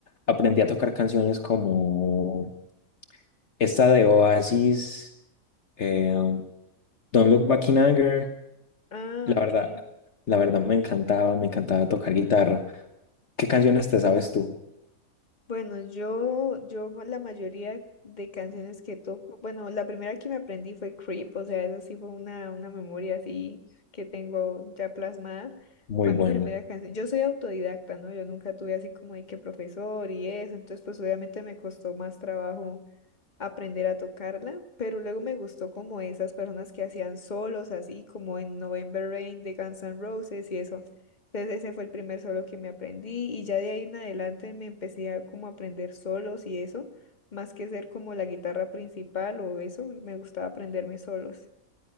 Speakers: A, on the left (about 55°); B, on the left (about 30°).
A: Aprendí a tocar canciones como esta de Oasis. Eh, Don't Look Back in Anger,
B: Ah,
A: la
B: ok.
A: verdad, la verdad me encantaba, me encantaba tocar guitarra. ¿Qué canciones te sabes tú?
B: Bueno, yo, yo ma- la mayoría de canciones que toco, bueno, la primera que me aprendí fue Creep, o sea, eso sí fue una, una memoria así que tengo ya plasmada.
A: Muy
B: Fue
A: buena,
B: mi primera canción. Yo soy autodidacta, ¿no? Yo nunca tuve así como de que profesor y eso, entonces pues obviamente me costó más trabajo aprender a tocarla, pero luego me gustó como esas personas que hacían solos así, como en November Rain de Guns N' Roses y eso. Entonces ese fue el primer solo que me aprendí y ya de ahí en adelante me empecé a como aprender solos y eso, más que ser como la guitarra principal o eso, me gustaba aprenderme solos.